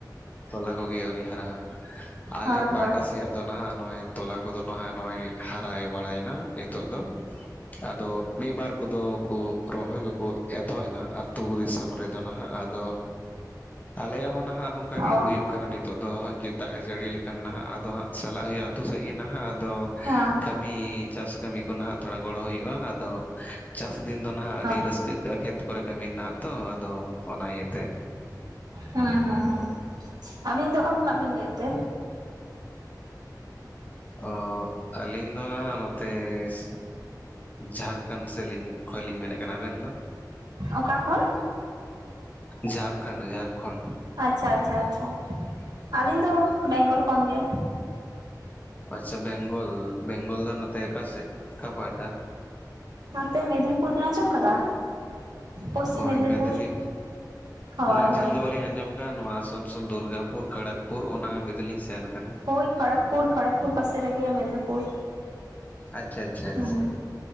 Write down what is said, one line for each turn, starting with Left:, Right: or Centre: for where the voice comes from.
Left: ᱛᱚᱞᱟ ᱠᱚᱜᱮ ᱟᱹᱣᱨᱤ ᱦᱟᱨᱟ-ᱟ ᱟᱞᱮ
Right: ᱦᱳᱭ
Left: ᱯᱟᱦᱴᱟ
Right: ᱦᱳᱭ
Left: ᱥᱮᱫ ᱫᱚ ᱱᱟᱦᱟᱜ ᱱᱚᱜᱼᱚᱭ ᱛᱚᱞᱟ ᱠᱚᱫᱚ ᱱᱟᱦᱟᱜ ᱱᱚᱜᱼᱚᱭ ᱦᱟᱨᱟᱭ ᱵᱟᱲᱟᱭᱮᱱᱟ ᱱᱤᱛᱚᱜ ᱫᱚ᱾ ᱟᱫᱚ ᱢᱤᱫ ᱵᱟᱨ ᱠᱚᱫᱚ ᱠᱚ ᱨᱚᱦᱚᱭ ᱠᱚᱠᱚ ᱮᱛᱚᱦᱚᱵ ᱮᱱᱟ ᱟᱹᱛᱩᱳ ᱫᱤᱥᱚᱢ ᱨᱮᱫᱚ᱾ ᱱᱟᱦᱟᱜ ᱟᱫᱚ, ᱟᱞᱮᱭᱟᱜ ᱦᱚᱸ ᱱᱟᱦᱟᱜ ᱚᱱᱠᱟ ᱜᱮ
Right: ᱚ
Left: ᱦᱩᱭᱩᱜ ᱠᱟᱱᱟ ᱱᱤᱛᱚᱜ ᱫᱚ ᱦᱟᱸᱜ ᱡᱮ ᱫᱟᱜ ᱮ ᱡᱟᱹᱲᱤ ᱞᱮᱠᱷᱟᱱ ᱱᱟᱦᱟᱜ ᱟᱫᱚ ᱦᱟᱸᱜ ᱪᱟᱞᱟᱜ ᱦᱩᱭᱩᱜᱼᱟ ᱟᱛᱳ ᱥᱮᱫ ᱜᱮ ᱱᱟᱦᱟᱜ ᱟᱫᱚ᱾
Right: ᱦᱮᱸ
Left: ᱠᱟᱹᱢᱤ ᱪᱟᱥ ᱠᱟᱹᱢᱤ ᱠᱚ ᱱᱟᱦᱟᱜ ᱛᱷᱚᱲᱟ ᱜᱚᱲᱚ ᱦᱩᱭᱩᱜᱼᱟ ᱟᱫᱚ, ᱪᱟᱥ ᱫᱤᱱ ᱫᱚ ᱱᱟᱦᱟᱜ
Right: ᱦᱮᱸ
Left: ᱟᱹᱰᱤ ᱨᱟᱹᱥᱠᱟᱹᱼᱟ ᱠᱷᱮᱛ ᱠᱚᱨᱮ ᱠᱟᱹᱢᱤ ᱱᱟᱦᱟᱜ ᱛᱚ ᱟᱫᱚ ᱚᱱᱟ ᱤᱭᱟᱹᱛᱮ᱾
Right: ᱦᱩᱸ ᱦᱩᱸ ᱦᱩᱸ, ᱟᱹᱵᱤᱱ ᱫᱚ ᱚᱠᱟ ᱠᱷᱚᱱᱟᱜ ᱵᱤᱱ ᱞᱟᱹᱭᱮᱫ ᱛᱮ?
Left: ᱚ, ᱟᱹᱞᱤᱧ ᱫᱚ ᱱᱟᱦᱟᱜ ᱱᱚᱛᱮᱥ, ᱡᱷᱟᱲᱠᱷᱚᱸᱰ ᱥᱮᱞᱤᱧ ᱠᱷᱚᱭ ᱞᱤᱧ ᱢᱮᱱᱮᱫ ᱠᱟᱱᱟ ᱟᱵᱮᱱ ᱫᱚ?
Right: ᱚᱠᱟ ᱠᱷᱚᱱ?
Left: ᱡᱷᱟᱲᱠᱷᱟᱸᱰ ᱡᱷᱟᱲᱠᱷᱚᱱᱰ᱾
Right: ᱟᱪᱪᱷᱟ ᱟᱪᱪᱷᱟ ᱟᱪᱷᱟ, ᱟᱹᱞᱤᱧ ᱫᱚ ᱵᱮᱝᱜᱚᱞ ᱠᱷᱚᱱ ᱜᱮ᱾
Left: ᱟᱪᱪᱷᱟ ᱵᱮᱝᱜᱚᱞ, ᱵᱮᱝᱜᱚᱞ ᱫᱚ ᱱᱚᱛᱮ ᱟᱠᱟ ᱥᱮᱫ ᱚᱠᱟ ᱯᱟᱦᱟᱴᱟ᱾
Right: ᱦᱟᱱᱛᱮ ᱢᱮᱫᱽᱱᱤᱯᱩᱨ ᱵᱮᱱ ᱟᱸᱡᱚᱢ ᱠᱟᱫᱟ᱾ ᱯᱚᱥᱪᱤᱢ
Left: ᱦᱳᱭ
Right: ᱢᱮᱫᱽᱱᱤᱯᱩᱨ
Left: ᱢᱮᱫᱽᱱᱤ,
Right: ᱦᱳᱭ
Left: ᱩᱱᱟᱹᱜ ᱡᱷᱟᱹᱞ
Right: ᱦᱳᱭ
Left: ᱫᱚ ᱵᱟᱹᱞᱤᱧ ᱟᱸᱡᱚᱢ ᱱᱚᱣᱟ ᱟᱥᱟᱱᱥᱳᱞ ᱫᱩᱨᱜᱟᱯᱩᱨ ᱠᱷᱟᱲᱟᱜᱽᱯᱩᱨ ᱚᱱᱟ ᱦᱟᱹᱵᱤᱡ ᱫᱚᱞᱤᱧ ᱥᱮᱱ ᱠᱟᱱᱟ᱾
Right: ᱦᱳᱭ ᱠᱷᱚᱲᱚᱜᱽᱯᱩᱨ ᱠᱷᱚᱲᱚᱜᱽᱯᱩᱨ ᱯᱟᱥᱮ ᱨᱮᱜᱮ ᱢᱮᱫᱽᱱᱤᱯᱩᱨ᱾
Left: ᱟᱪᱪᱷᱟ ᱟᱪᱪᱷᱟ
Right: ᱦᱩᱸ
Left: ᱟᱪᱪᱷᱟ,